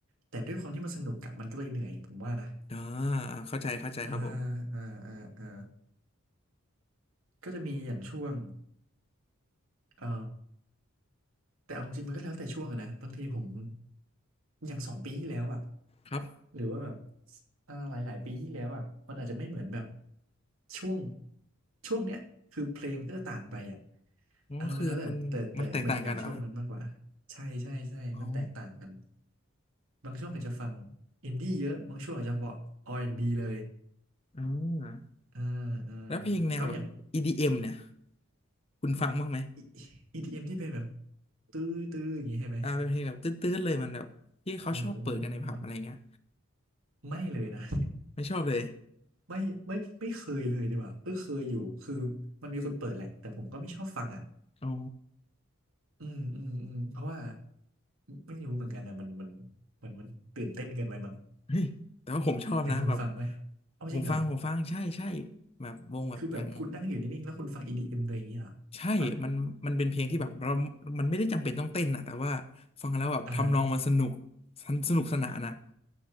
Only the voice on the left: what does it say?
อ่าเข้าใจเข้าใจครับผม
ครับ
อ๋อคือมันมันแตกต่างกันเหรอ
อ๋อ
อ่า
แล้วเพลงแนวแบบ
EDM เอ็มเนี่ยคุณฟังบ้างไหม
อ่าเป็นเพลงแบบตื้ดๆเลยมันแบบที่เขาชอบเปิดกันในผับอะไรเงี้ย
ไม่ชอบเลย
อ๋อ
เฮ้ยแต่ว่าผมชอบนะแบบ
ผมฟังผมฟังใช่ใช่แบบวงแบบอย่าง
ใช่มันมันเป็นเพลงที่แบบเรามันไม่ได้จำเป็นต้องเต้นนะแต่ว่า
ฟังแล้วแบบทำนองมันสนุก
สนสนุกสนานนะ